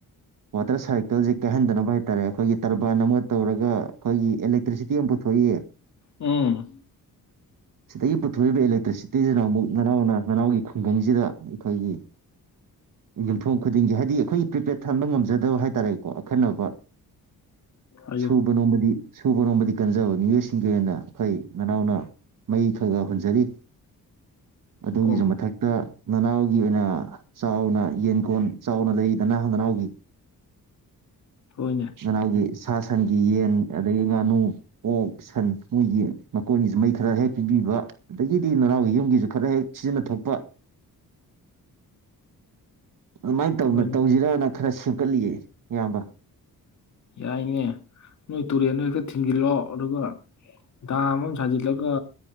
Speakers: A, on the right (about 60°); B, on the left (about 50°).
A: ꯋꯥꯇꯔ ꯁꯥꯏꯀꯜꯁꯦ ꯀꯥꯏꯍꯟꯗꯅꯕ ꯍꯥꯏ ꯇꯥꯔꯦ ꯑꯩꯈꯣꯏꯒꯤ ꯇꯔꯕꯥꯟ ꯑꯃ ꯇꯧꯔꯒ ꯑꯩꯈꯣꯏꯒꯤ ꯑꯦꯂꯦꯛꯇ꯭ꯔꯤꯁꯤꯇꯤ ꯑꯃ ꯄꯨ <unintelligible>
B: ꯎꯝ꯫
A: ꯗꯥꯒꯤ ꯄꯨꯊꯣꯛ ꯏꯕ ꯏꯂꯦꯛꯇꯔꯤ <unintelligible> ꯑꯃꯨꯛ ꯅꯥ ꯅꯥꯎ ꯅꯥ ꯅꯥꯅꯥꯎꯒꯤ ꯈꯨꯡꯒꯪꯁꯤꯗ ꯑꯩꯈꯣꯏꯒꯤ ꯌꯨꯝꯊꯣꯡ ꯈꯨꯗꯤꯡꯒꯤ ꯍꯥꯏꯗꯤ ꯑꯩꯈꯣꯏꯒꯤ ꯄ꯭ꯔꯤꯄꯦꯔꯠ ꯊꯟꯕ ꯉꯝꯖꯗꯕ ꯍꯥꯏꯇꯥꯥꯔꯦꯀꯣ ꯑꯈꯟꯅꯕ
B: ꯑꯌꯨ
A: ꯁꯨꯕꯅꯣꯝꯕꯥꯗꯤ ꯁꯨꯕꯔꯣꯝꯕꯗꯤ ꯀꯟꯖꯕ ꯃꯤꯑꯣꯏꯁꯤꯡꯒꯤ ꯑꯣꯏꯅꯥ ꯈꯣꯏ ꯅꯅꯥꯎꯅ ꯃꯩ ꯈꯔꯥ ꯈꯔꯥ ꯍꯨꯟꯖꯔꯤ ꯑꯗꯨꯒꯤꯁꯨ
B: ꯑꯣ
A: ꯃꯊꯛꯇ ꯅꯅꯥꯎꯒꯤ ꯑꯣꯏꯅ ꯆꯥꯎꯅ ꯌꯦꯟꯀꯣꯟ ꯆꯥꯎꯅ ꯂꯩꯔꯤ ꯗꯅ ꯅꯅꯥꯎꯒꯤ
B: ꯍꯣꯏꯅꯦ
A: ꯃꯅꯥꯎꯒꯤ ꯁꯥ ꯁꯟꯒꯤ ꯌꯦꯟ ꯑꯗꯒꯤ ꯉꯥꯅꯨ ꯑꯣꯛ ꯁꯟ ꯍꯨꯏꯒꯤ ꯃꯀꯣꯟꯒꯤꯁꯨ ꯃꯩ ꯈꯔ ꯍꯦꯛ ꯄꯤꯕꯤꯕ ꯑꯗꯒꯤꯗꯤ ꯅꯅꯥꯎꯒꯤ ꯌꯨꯝꯒꯤꯁꯨ ꯈꯔ ꯍꯦꯛ ꯁꯤꯖꯤꯟꯅꯊꯣꯛꯄ ꯑꯗꯨꯃꯥꯏꯅ ꯇꯧꯅ
B: ꯍꯣꯏꯅꯦ
A: ꯇꯧꯁꯤꯔꯅꯥ ꯈꯔ ꯁꯦꯝꯒꯠꯂꯤꯌꯦ ꯏꯌꯥꯝꯕ
B: ꯌꯥꯏꯅꯦ ꯅꯣꯏ ꯇꯨꯔꯦꯟꯗ ꯍꯦꯛꯇ ꯊꯤꯡꯖꯤꯜꯂꯣ ꯑꯗꯨꯒ ꯗꯥꯝ ꯑꯃ ꯁꯥꯖꯤꯜꯂꯒ